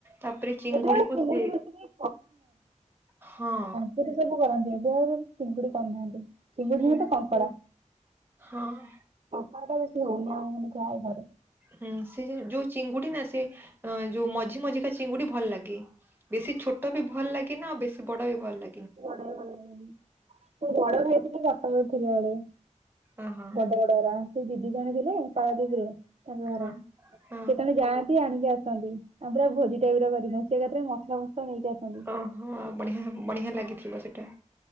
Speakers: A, on the right; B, on the right.
A: ତାପରେ ଚିଙ୍ଗୁଡି
B: ଏବେ ଆଉ
A: କୁ ସେ
B: ବେଶୀ କେହି
A: ହଁ।
B: ଚିଙ୍ଗୁଡ଼ି କରିନାହାନ୍ତି ଚିଙ୍ଗୁଡି
A: ହୁଁ।
B: ନୁହେଁ ତ କଙ୍କଡ଼ା
A: ହଁ
B: କଙ୍କଡା ଟା ବେଶୀ ହଉନି ଆମ ମାନ ଯ ଘରେ।
A: ହୁଁ ସେ ଯୋଉ ଚିଙ୍ଗୁଡି ନା ସେ ଅ ଯୋଉ ମଝି ମଝିକା ଚିଙ୍ଗୁଡି ଭଲ ଲାଗେ। ବେଶୀ ଛୋଟ ବି ଭଲ ଲାଗେ ନା, ଆଉ ବେଶୀ ବଡ ବି ଭଲ ଲାଗେ
B: ବେଶୀ ବଡ଼ ବି ଭଲ ଲାଗେନି ବଡ଼ ଖାଇଥିଲି କଟକ ରେ ଥିଲା ବେଳେ
A: ଓହୋ।
B: ବଡ ବଡ ଗୁରା ସେ ଦିଦି ଜଣେ ଦେଲେ ପାରଦୀପରେ। ତାଙ୍କ ଘର
A: ହଁ ହଁ
B: ଯେତେବେଳେ ଯାଆ ସିଏ ଆଣିକି ଆସନ୍ତି ଆମ୍ଭେ ଭୋଜି <unintelligible> ମସଲା ମସ ନେଇକି ଆସନ୍।
A: ଓହୋ ବଢିଆ ବଢିଆ ଲାଗିଥିଲା ସେଟା?